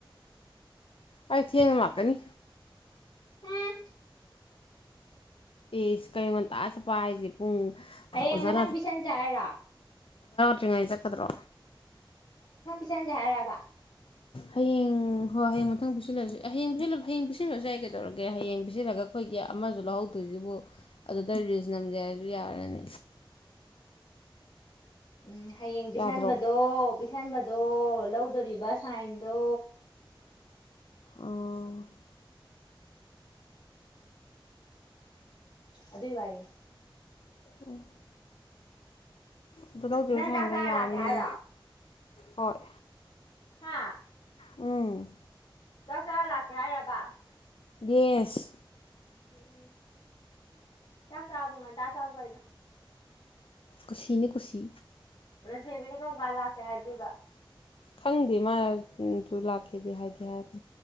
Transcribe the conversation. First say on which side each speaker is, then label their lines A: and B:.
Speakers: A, on the left (about 80°); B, on the left (about 65°).
A: ꯑꯩ ꯊꯦꯡꯅ ꯂꯥꯛꯀꯅꯤ
B: ꯎꯝ
A: ꯑꯦꯁ ꯀꯩꯟ ꯉꯟꯇꯥ ꯆꯠꯄ ꯍꯥꯏꯁꯦ ꯄꯨꯡ
B: ꯍꯌꯦꯡ
A: ꯑꯣꯖꯥ
B: ꯃꯊꯪ ꯄꯤꯁꯟꯖꯦ ꯍꯥꯏꯔꯣ
A: ꯇ꯭ꯔꯤꯉꯥꯏ ꯆꯠꯀꯗ꯭ꯔꯣ
B: ꯆꯠꯅꯦ ꯍꯥꯢꯔꯕ
A: ꯍꯌꯦꯡ ꯍꯣꯏ ꯍꯌꯦꯡ ꯃꯊꯪ ꯄꯤꯁꯜꯂꯁꯤ ꯑꯦ ꯍꯌꯦꯡ ꯍꯌꯦꯡ ꯄꯤꯁꯤꯜꯂꯁꯨ ꯌꯥꯢ ꯀꯩꯗꯧꯔꯒꯦ ꯍꯌꯦꯡ ꯄꯤꯁꯤꯜꯂꯒ ꯑꯩꯈꯣꯏꯒꯤ ꯑꯃꯖꯨ ꯂꯧꯍꯧꯗꯣꯏꯖꯤꯕꯨ ꯑꯗꯨꯗ ꯔꯤꯜꯁ ꯅꯝꯖꯦ ꯍꯥꯏꯔꯁꯨ ꯌꯥꯔꯅꯤ
B: ꯎꯝ ꯍꯌꯦꯡ ꯄꯤꯁꯟꯕꯗꯣ
A: ꯌꯥꯗ꯭ꯔꯣ
B: ꯄꯤꯁꯟꯕꯗꯣ ꯂꯧꯗꯣꯔꯤꯕ ꯁꯥꯏꯟꯗꯣ
A: ꯑꯥ
B: ꯑꯗꯨꯢ ꯋꯥꯔꯤꯅꯤ
A: ꯎꯝ ꯑꯗꯨ ꯂꯧꯗꯣꯏꯔꯣ
B: ꯅꯪ
A: ꯁꯥꯏꯟꯗꯣ
B: ꯆꯥꯛ ꯆꯥꯔ ꯂꯥꯛꯀꯦ
A: ꯌꯥꯅꯤꯌꯦ
B: ꯍꯥꯏꯔꯣ
A: ꯍꯣꯏ
B: ꯍꯥꯥ
A: ꯎꯝ
B: ꯆꯥꯛ ꯆꯥꯔ ꯂꯥꯛꯀꯦ ꯍꯥꯏꯔꯕ
A: ꯌꯦꯁ
B: ꯎꯝ ꯆꯥꯛ ꯆꯥꯕꯨ ꯉꯟꯇꯥ ꯆꯥꯎ ꯀꯩꯅꯣ
A: ꯀꯨꯁꯤꯅꯤ ꯀꯨꯁꯤ
B: ꯂꯟꯆꯦꯟꯕꯤꯅ ꯀꯝꯀꯥꯟ ꯂꯥꯛꯀꯦ ꯍꯥꯏ ꯗꯨꯢꯕ
A: ꯈꯪꯗꯦ ꯃꯥꯁꯨ ꯂꯥꯛꯀꯦꯗꯤ ꯍꯥꯏꯗꯤ ꯍꯥꯏꯔꯛꯄ